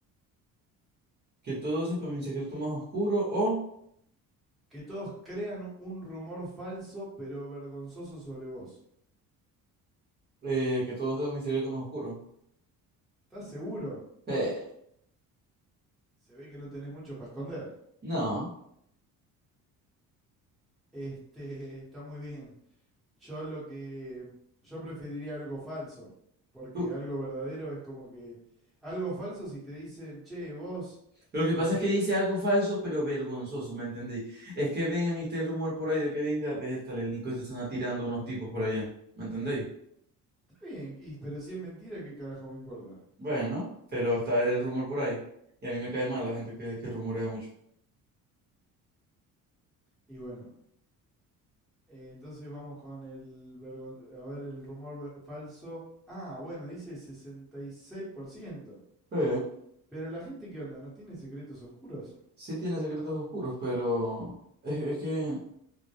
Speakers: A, on the right; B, in the centre.
A: Que todo sepa mi secreto más oscuro o
B: Que todos crean un rumor falso pero vergonzoso sobre vos.
A: eh, que todo sepa mi secreto más oscuro.
B: ¿Estás seguro?
A: Eh,
B: Se ve que no tenés mucho para esconder.
A: no.
B: Este, <laughs> está muy bien. Yo lo que. Yo preferiría algo falso. Porque
A: Tú-
B: algo verdadero es como que. Algo falso si te dicen, che, vos.
A: Lo que
B: No
A: pasa
B: sé.
A: es que dice algo falso, pero vergonzoso, ¿me entendéis? Es que vengan y este rumor por ahí de que venga, tal el Nico se están atirando unos tipos por allá, ¿me entendéis?
B: Está bien, y, pero si es mentira, ¿qué carajo me importa?
A: Bueno, pero está el rumor por ahí. Y a mí me cae mal la gente que, que rumorea mucho.
B: Y bueno. eh, entonces vamos con el. vergon- A ver, el rumor ver- falso. Ah, bueno, dice sesenta y seis por ciento,
A: Sí.
B: Pero la gente, ¿qué onda? ¿No tiene secretos oscuros?
A: Sí tiene secretos oscuros, pero es, es que, o